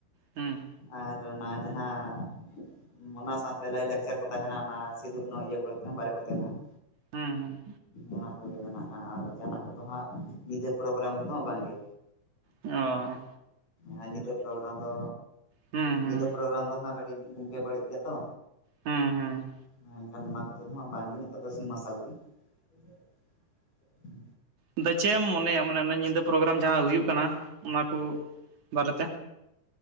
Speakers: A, on the right; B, on the left.
A: ᱦᱮᱸ
B: ᱟᱨ ᱚᱱᱟ ᱡᱟᱦᱟᱸᱼᱼ ᱚᱱᱟ ᱥᱟᱶᱛᱮ ᱞᱟᱭᱼᱞᱟᱠᱪᱟᱨ ᱠᱚ ᱛᱟᱦᱮᱱᱟ ᱚᱱᱟ ᱥᱤᱫᱩᱠᱟᱱᱩ ᱤᱭᱟᱹ ᱠᱚ ᱵᱟᱨᱮ ᱠᱚᱛᱮ ᱱᱟ, ᱼᱼ
A: ᱦᱩᱸ ᱦᱩᱸ᱾
B: ᱚᱱᱟ ᱠᱚᱜᱮ ᱢᱮᱱᱟᱜᱼᱟ ᱟᱨ ᱡᱟᱦᱟᱱᱟᱜ ᱠᱚᱫᱚ ᱦᱟᱸᱜ ᱧᱤᱫᱟᱹ ᱯᱚᱨᱚᱜᱨᱟᱢ ᱠᱚᱫᱚ ᱦᱟᱸᱜ ᱵᱟᱝᱜᱮ᱾
A: ᱚᱻᱻ᱾
B: ᱦᱮ ᱱᱤᱫᱟᱹ ᱯᱨᱳᱜᱨᱟᱢ ᱫᱚ
A: ᱦᱩᱸ ᱦᱩᱸ
B: ᱱᱤᱫᱟᱹ ᱯᱨᱳᱜᱨᱟᱢ ᱫᱚ ᱦᱟᱸᱜ ᱠᱟᱹᱴᱤᱡ ᱵᱮ ᱵᱟᱹᱲᱤᱡ ᱜᱮᱭᱟ ᱛᱚ᱾
A: ᱦᱩᱸ ᱦᱩᱸ
B: ᱦᱮᱸ ᱮᱱᱠᱷᱟᱱ ᱚᱱᱟ ᱠᱚᱛᱮ ᱫᱚ ᱦᱟᱜ ᱵᱟᱝᱜᱮ ᱱᱮᱛᱟᱨ ᱫᱚ ᱥᱤᱧ ᱢᱟᱨᱥᱟᱞ ᱜᱮ, <unintelligible>
A: ᱟᱫᱚ ᱪᱮᱜ ᱮᱢ ᱢᱚᱱᱮᱭᱟ ᱢᱟᱱᱮ ᱧᱤᱫᱟᱹ ᱯᱨᱳᱜᱨᱟᱢ ᱡᱟᱦᱟᱸ ᱦᱩᱭᱩᱜ ᱠᱟᱱᱟ ᱚᱱᱟ ᱠᱚ ᱵᱟᱨᱮ ᱛᱮ?